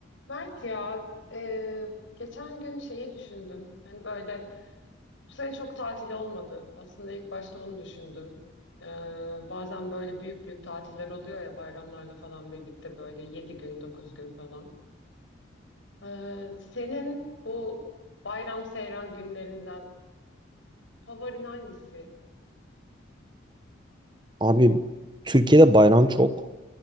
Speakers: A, on the left; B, on the right.
A: Mert ya e, geçen gün şeyi düşündüm. Hani böyle bu sene çok tatil olmadı. Aslında ilk başta onu düşündüm. E, bazen böyle büyük büyük tatiller oluyor ya bayramlarla falan birlikte böyle 7 gün 9 gün falan. E, senin bu bayram seyran günlerinden favorin hangisi?
B: Abi Türkiye'de bayram çok,